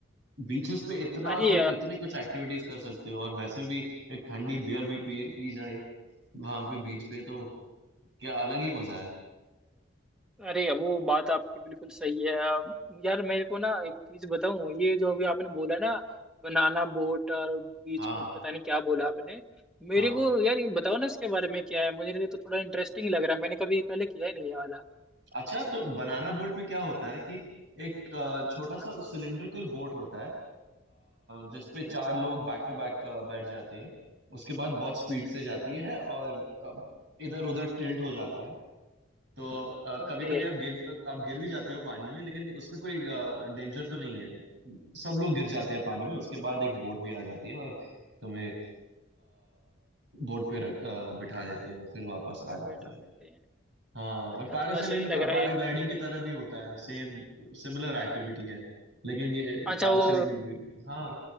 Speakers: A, on the right; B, in the centre.
A: Beaches पे इतना
B: अरे
A: कुछ इतने कुछ एक्टिविटीज कर सकते हो और वैसे भी एक ठंडी बियर भी पी पी जाए वहां पे बीच पे तो क्या अलग ही मजा है
B: अरे वो बात आपकी बिल्कुल सही है अब यार मेरे को ना एक चीज बताऊं ये जो अभी आपने बोला ना बनाना बोट और बीच
A: हाँ
B: बोट पता नहीं क्या बोला आपने मेरे
A: हाँ
B: को यार ये बताओ ना इसके बारे में क्या है मुझे ये तो थोड़ा इंटरेस्टिंग लग रहा है मैंने कभी पहले किया ही नहीं ये वाला
A: अच्छा तो बनाना बोट में क्या होता है कि एक अ, छोटा
B: हाँ,
A: सा सिलेंड्रिकल बोट होता है अ, जिसपे
B: ओके
A: चार लोग बैक टू बैक बैठ जाते हैं उसके बाद बहुत स्पीड से जाती
B: अच्छा
A: है और इधर उधर टिल्ट हो जाता है तो
B: ओके
A: कभी कभी आप गिर अ, आप गिर भी जाते हो पानी में लेकिन उसमें कोई डेंजर तो नहीं है सब लोग गिर जाते हैं पानी में उसके बाद एक बोट भी आ जाती है और तुम्हें बोट पे रख अ, बिठा देते हैं और फिर वापस आ जाते
B: बैठा
A: हैं
B: लेते हैं
A: हाँ
B: तो
A: और
B: यार
A: पैरासेलिंग
B: थोड़ा सही
A: तो
B: लग रहा
A: पैराग्लाइडिंग
B: है ये भी।
A: की तरह भी होता है सेम सिमिलर एक्टिविटी है लेकिन ये
B: अच्छा
A: पैरासेलिंग
B: वो
A: हाँ